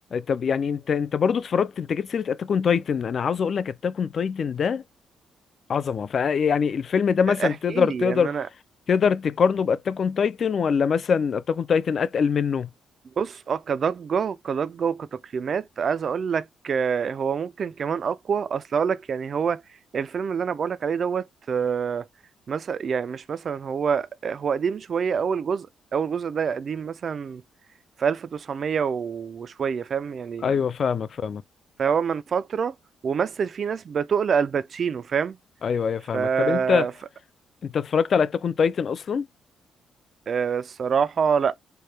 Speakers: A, on the left; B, on the right.
A: طب يعني انت انت برضو اتفرجت انت جبت سيره اتاك اون تايتن انا عاوز اقول لك اتاك اون تايتن ده عظمه فيعني الفيلم ده مثلا
B: احكي
A: تقدر
B: لي
A: تقدر
B: ان انا
A: تقدر تقارنه باتاك اون تايتن ولا مثلا اتاك اون تايتن اتقل منه
B: بص اه كضجة كضجة وكتقييمات عايز اقول لك آه، هو ممكن كمان اقوى اصل اقول لك يعني هو الفيلم اللي انا بقول لك عليه دوت آه، مثلا يعني مش مثلا هو هو قديم شوية اول جزء اول جزء ده قديم مثلا في 1900 وشوية فاهم يعني
A: ايوه فاهمك فاهمك
B: فهو من فترة ومثل فيه ناس بتقل الباتشينو فاهم
A: ايوه ايوه
B: ف
A: فاهمك طب انت
B: ف-
A: انت اتفرجت على اتاك اون تايتن اصلا
B: آه، الصراحة